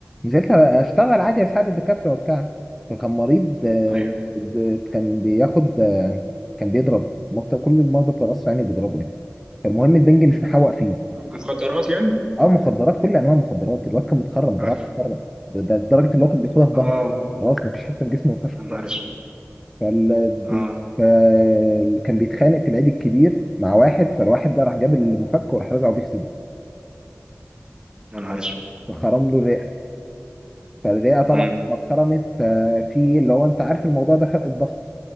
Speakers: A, in the centre; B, on the right.
A: نزلت اشتغل عادي اساعد الدكاتره وبتاع فكان مريض آه،
B: ايوه
A: د- كان بياخد آه، كان بيضرب مط- كل المرضى بتوع القصر يعني بيضربوا يعني فالمهم البنج مش محوق فيه
B: مخدرات يعني
A: اه مخدرات كل انواع المخدرات الواد كان متخرم دراعه
B: اه
A: متخرم ده ده لدرجه ان هو كان بياخدها في ظهره
B: آه،
A: خلاص مفيش حته في جسمه ما ينفعش
B: يا نهار اسود
A: فال...
B: اه
A: فال... كان بيتخانق في العيد الكبير مع واحد فالواحد ده راح جاب المفك وراح رزعه بيه في صدره
B: يا نهار اسود
A: وخرم له الرئه فالرئه طبعا
B: امم
A: ما اتخرمت آه، في اللي هو انت عارف الموضوع ده فرق الضغط